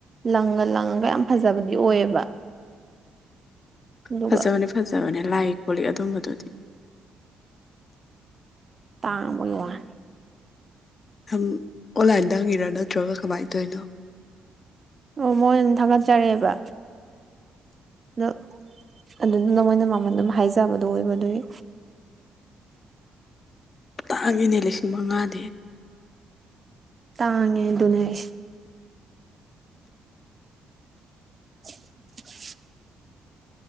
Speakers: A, on the right (about 35°); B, on the left (about 40°).
A: ꯂꯪꯉ ꯂꯪꯉꯒ ꯌꯥꯝ ꯐꯖꯕꯗꯤ ꯑꯣꯏꯌꯦꯕ ꯑꯗꯨꯒ
B: ꯐꯖꯕꯅꯤ ꯐꯖꯕꯅꯦ ꯂꯥꯏ ꯈꯣꯠꯂꯤ ꯑꯗꯨꯝꯕꯗꯨꯗꯤ
A: ꯇꯥꯡꯕꯩ ꯋꯥꯅꯤ
B: ꯁꯝ ꯑꯣꯟꯂꯥꯏꯟꯗ ꯍꯪꯉꯤꯔ ꯅꯠꯇ꯭ꯔꯒ ꯀꯃꯥꯏꯅ ꯇꯧꯔꯤꯅꯣ
A: ꯑꯣ ꯃꯣꯏ ꯑꯗꯨꯝ ꯊꯥꯒꯠꯆꯔꯛꯑꯦꯕ ꯑꯗꯣ ꯑꯗꯨꯗꯅ ꯃꯣꯏꯅ ꯃꯃꯜ ꯑꯗꯨꯝ ꯍꯥꯏꯖꯕꯗꯨ ꯑꯣꯏꯕꯗꯨꯒꯤ
B: ꯆꯥꯛꯉꯅꯦ ꯂꯤꯁꯤꯡ ꯃꯉꯥꯗꯤ
A: ꯇꯥꯡꯉꯦ ꯗꯨꯅꯦꯁ <unintelligible>